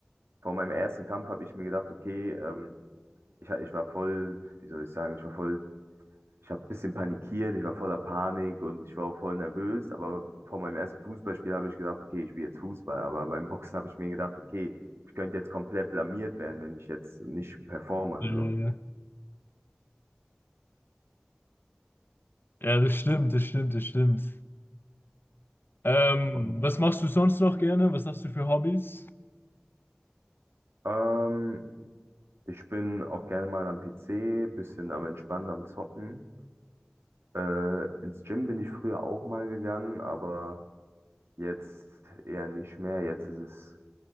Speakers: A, on the right; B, on the left.
A: vor meinem ersten Kampf habe ich mir gedacht, okay, ähm, ich, ich war voll, wie soll ich sagen, ich war voll ich habe ein bisschen panikiert, ich war voller Panik und ich war auch voll nervös, aber vor meinem ersten Fußballspiel habe ich gedacht, okay, ich spiele jetzt Fußball, aber beim Boxen habe ich mir gedacht, okay, ich könnte jetzt komplett blamiert werden, wenn ich jetzt nicht performe,
B: Äh,
A: so.
B: ja, das stimmt, das stimmt, das stimmt. Ähm,
A: Und
B: was machst du sonst noch gerne? Was hast du für Hobbys?
A: ähm, ich bin auch gerne mal am PC, bisschen am Entspannen, am Zocken. Äh, ins Gym bin ich früher auch mal gegangen, aber jetzt eher nicht mehr. Jetzt ist es